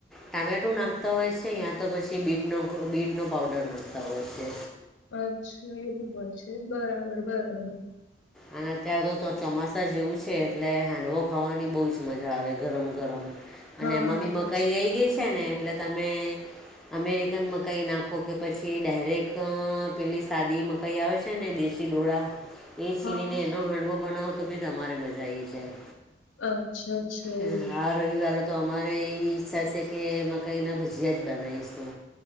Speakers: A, in the centre; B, on the left.
A: ટામેટો નાખતા હોય છે, યા તો પછી બીટ ન બીટ નો પાવડર નાખતા હોય છે.
B: અચ્છા, એવું હોય છે. બરાબર, બરાબર.
A: અને અત્યાર તો તો ચોમાસા જેવું છે, એટલે હેડવો ખાવાની બહુ જ મજા આવે, ગરમ-ગરમ.
B: હા
A: અને મમ્મી મકાઈ
B: એ જ
A: આઈ ગઈ છે ને, એટલે તમે. અમેરિકન મકાઈ નાખો કે, પછી ડાયરેક્ટ પેલી સાદી. કાઈ આવે છે ને, દેશી ડોળા. એ છીણીને
B: હા
A: એનો હાંડવો બનાવો તો બી તમારે મજા આવી જાય.
B: અચ્છા અચ્છા
A: અ,
B: એવુ
A: આ રવિવારે તો અમારે એવી ઈચ્છા છે કે અ મકાઇ ના ભજીયા જ બનાવીશું.